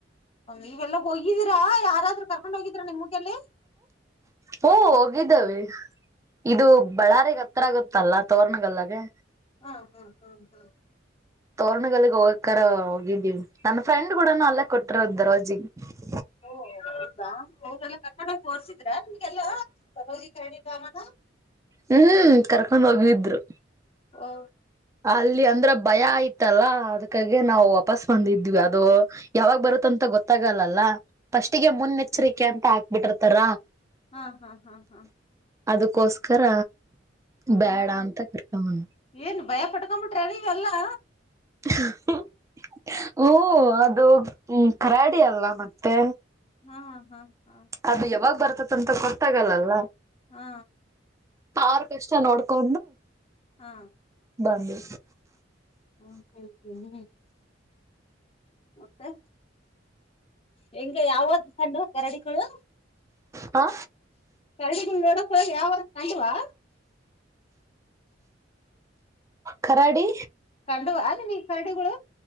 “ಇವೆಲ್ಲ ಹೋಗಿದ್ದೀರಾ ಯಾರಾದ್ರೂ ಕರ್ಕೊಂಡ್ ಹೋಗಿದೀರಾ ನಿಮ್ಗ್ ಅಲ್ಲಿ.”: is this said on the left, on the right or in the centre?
Left